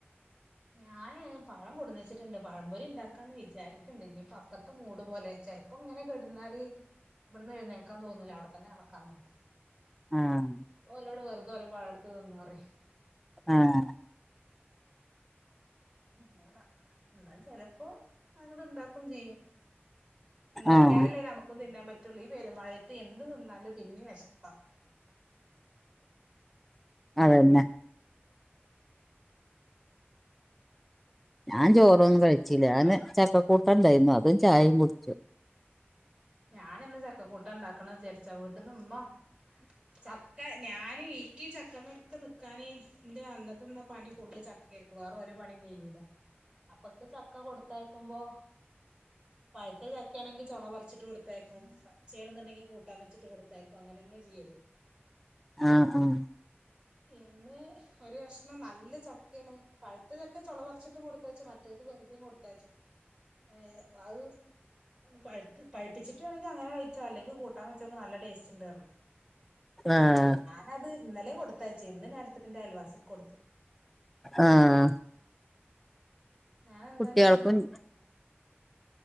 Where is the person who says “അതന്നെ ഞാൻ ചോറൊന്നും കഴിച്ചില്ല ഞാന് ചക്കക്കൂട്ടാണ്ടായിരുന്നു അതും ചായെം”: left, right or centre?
Centre